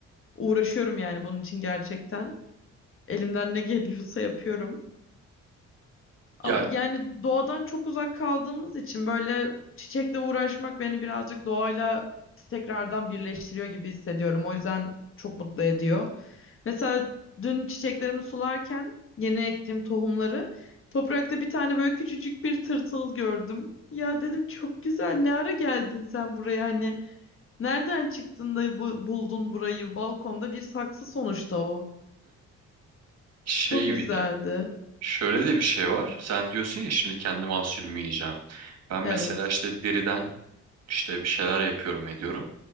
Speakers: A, on the left (about 45°); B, on the right (about 55°).
A: Uğraşıyorum yani bunun için gerçekten. Elimden ne geliyorsa yapıyorum.
B: Ya
A: A- Yani doğadan çok uzak kaldığımız için böyle çiçekle uğraşmak beni birazcık doğayla tekrardan birleştiriyor gibi hissediyorum. O yüzden çok mutlu ediyor. Mesela dün çiçeklerimi sularken yeni ektiğim tohumları toprakta bir tane böyle küçücük bir tırtıl gördüm. Ya dedim çok güzel ne ara geldin sen buraya hani nereden çıktın da bu, buldun burayı balkonda bir saksı sonuçta o.
B: Şey
A: Çok güzeldi.
B: bir de şöyle de bir şey var. Sen diyorsun ya şimdi kendi mahsulümü yiyeceğim. Ben mesela
A: Evet.
B: işte deriden işte bir şeyler yapıyorum ediyorum.